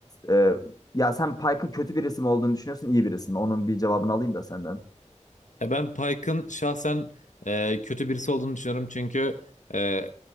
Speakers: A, on the left; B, on the left.
A: e, ya sen Pike'ın kötü bir isim olduğunu düşünüyorsun, iyi bir isim. Onun bir cevabını alayım da senden.
B: E, Ben Pike'ın şahsen e, kötü birisi olduğunu düşünüyorum. Çünkü e,